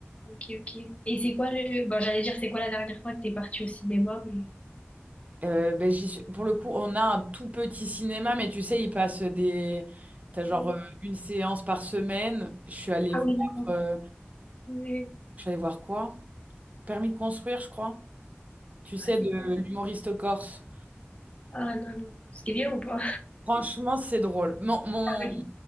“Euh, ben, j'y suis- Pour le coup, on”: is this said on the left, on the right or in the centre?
Right